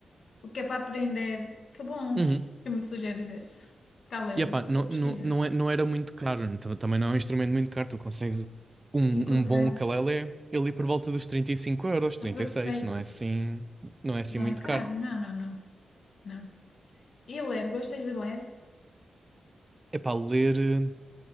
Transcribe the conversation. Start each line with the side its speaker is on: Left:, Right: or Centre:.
Left: o que é para aprender. Que bom
Right: uhum.
Left: que me sugeres esse. Calelo,
Right: E epá, não,
Left: vou pesquisar.
Right: não, não, é- não era muito caro, então também não é um instrumento muito caro, tu consegues um,
Left: Encontrar.
Right: um bom ukulele ali por volta dos 35 euros, 36,
Left: Está perfeito.
Right: não é assim, não é assim
Left: Não
Right: muito
Left: é caro?
Right: caro.
Left: Não, não, não, não. E ler, gostas de ler?
Right: Epá, ler, eh,